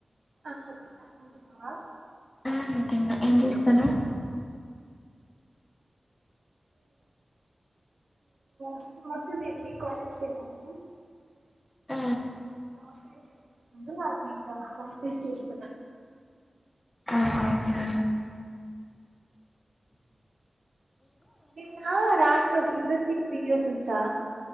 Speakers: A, on the right; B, on the left.
A: ఆ తిన్నా నువ్వు తిన్నావా
B: ఆ తిన్నా ఏం చేస్తానవ్
A: <inaudible>
B: ఆ
A: <unintelligible> ఇంకా ప్రాక్టీస్ చేస్తన్నా
B: ఆహా అవునా
A: నిన్న రాత్రి ఒక ఇ్రెస్ంగ్ వీడియో చూస